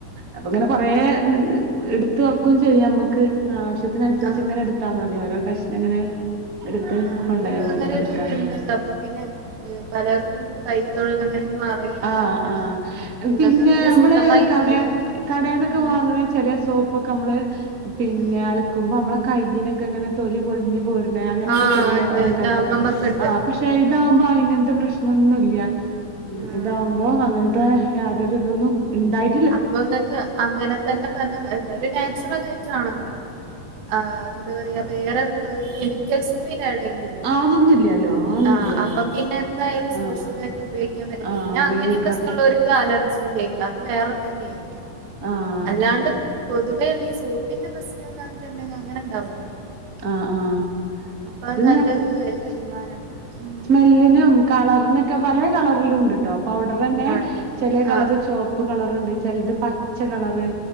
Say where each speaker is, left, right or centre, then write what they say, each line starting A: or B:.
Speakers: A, on the right; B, on the right.
A: അപ്പൊ ഇങ്ങനെ കൊറെ ഉവ്വ് എടുത്ത് വെക്കുകയും ചെയ്യാം നമ്മുക്ക് ആവശ്യത്തിന് അനുസരിച്ച്
B: ആ
A: ഇങ്ങനെ എടു എത്താ മതി ഓരോ കഷ്ണം ഇങ്ങനെ എടുത്ത്
B: ആ
A: കൊണ്ടായാൽ
B: നിങ്ങൾക്ക്
A: മതി
B: അങ്ങനെ
A: അലക്കാന്
B: ഒരു ഇതുണ്ടല്ലോ അപ്പൊ പിന്നെ ഏ പലർക്കും ഇപ്പൊ കൈത്തൊഴിൽ അങ്ങനെയൊന്നും അറിയാത്ത
A: ആഹ്
B: ആൾക്കാരൊക്കെ
A: ആഹ്
B: നിങ്ങൾക്ക്
A: പിന്നെ
B: അങ്ങനെ
A: നമ്മള്
B: സ്വന്തമായി
A: കടേ
B: ഉണ്ടല്ലോ
A: കടേന്നൊക്കെ
B: ഉം
A: വാങ്ങണ ചെല സോപ്പൊക്കെ നമ്മള് പിന്നെ
B: ഉം
A: അലക്കുമ്പോ നമ്മടെ കയ്യിന്നക്കെ അങ്ങനെ തൊലി പൊളിഞ്ഞു പോരു ണെ അങ്ങനെക്കെ
B: ആഹ്
A: ചെലേ
B: ഉണ്ട്
A: ആൾക്കാര്ക്കൊക്കെ
B: എന്റെ അമ്മമ്മക്കുണ്ട്
A: ആഹ് പ ഷേ ഇതാവുമ്പോ ഇങ്ങനത്തെ പ്രശ്നംന്നുല്ല്യ ഉം
B: ആഹ്
A: ഇതാവുമ്പോ അങ്ങൻത്തെ യതൊരു ഇതൊന്നും ഇണ്ടായി
B: അപ്പോ ഇങ്ങക്ക് അങ്ങനെ തന്നെ പറഞ്ഞാ എന്തായാലും നാച്ചുറലായിട്ട് ആണല്ലോ ല്ലോ ആഹ് എന്താ പറയാ വേറെ കെമിക്കൽസ് ഒന്നുവി ആഡ് ചെയ്യുന്നില്ലല്ലോ
A: അതൊന്നുംല്ലല്ലോ അതൊന്നുംല്ലല്ലോ.
B: ആഹ് അപ്പ പിന്നെ എന്തായാലും സുരക്ഷിതായിട്ട്
A: ആഹ്
B: ഉപയോ ക്കാൻ പറ്റും
A: ആഹ്
B: പിന്നെ
A: ഉപയോഗിക്കാ
B: അങ്ങനെ പ്രശ്നമുള്ളവര് ക്ക് അലർജിൻറ്റാരിക്കും അത് വേറെ തന്നെ ആയിരിക്കും
A: ആഹ്
B: അല്ലാണ്ട്
A: ആഹ്.
B: പൊതുവെയിള്ള ഈ സോപ്പ് പിന്നെ പ്രശ്നംന്ന് പറഞ്ഞിട്ടുണ്ടെങ്കി അങ്ങനെ ഉണ്ടാവുലല്ലോ
A: ആഹ് ആഹ്
B: അപ്പോ അത്
A: ഇത്
B: നല്ലൊരു വരുമാന ഉം
A: <unintelligible> കളറിനും പലേ കളറിലുംണ്ട്ട്ടോ പൗഡറന്നെ
B: ആണല്ലേ
A: ചെല കളറ്
B: ആഹ്
A: ചെ പ്പ്‌ കളറ്ണ്ട് ചെലത് പച്ച കളർറ്